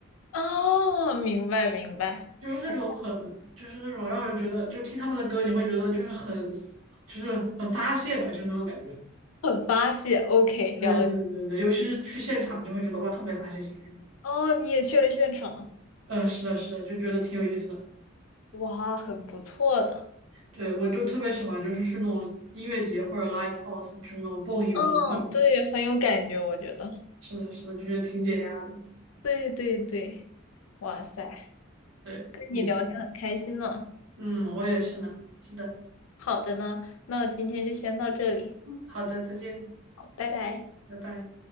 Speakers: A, on the left (about 80°); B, on the right (about 75°).
A: 哦，明白明白，
B: 就是那种很，
A: 我
B: 就是那种让人觉得，就听他们的歌，你会觉得就是很，就是很发泄吧，就是那种感觉。
A: 很发泄，OK，
B: 对对对对，
A: 了解。
B: 尤其是去现场，就会觉得哇，特别发泄情绪。
A: 哦，你也去了现场啊
B: 呃，是的，是的，就觉得挺有意思的。
A: 哇，很不错的。
B: 对，我就特别喜欢，就是去那种音乐节或者 live house，就是那种蹦一蹦跳一跳
A: 嗯，对，很有感觉，我觉得。
B: 是的，是的，就觉得挺解压的。
A: 对对对，哇塞，
B: 对，
A: 跟你聊天很开心呢。
B: 我觉得嗯，我也是呢。是的，
A: 好的呢，那我今天就先到这里，
B: 好的，再见，
A: 好，拜拜。
B: 拜拜。